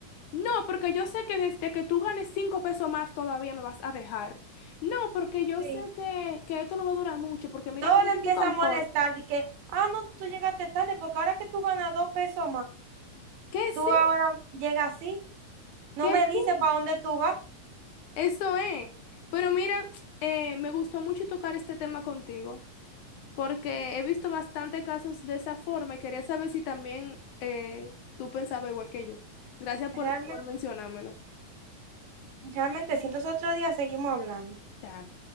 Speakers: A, on the left; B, on the right.
A: No, porque yo sé que desde que tú ganes cinco pesos más todavía me vas a dejar. No, porque yo
B: Sí.
A: sé que, que esto no va a durar mucho, porque mira
B: Todo
A: cómo
B: le
A: se
B: empieza
A: comporta.
B: a molestar de que, ah, no, tú llegaste tarde porque ahora que tú ganas dos pesos más,
A: Que sí,
B: tú ahora llegas así, no
A: que
B: me dices
A: sí.
B: para dónde tú vas.
A: Eso es. Pero mira, eh, me gustó mucho tocar este tema contigo, porque he visto bastante casos de esa forma y quería saber si también eh, tú pensabas igual que yo. Gracias por,
B: Realmente,
A: por mencionármelo.
B: realmente, si entonces otro día seguimos hablando.
A: Está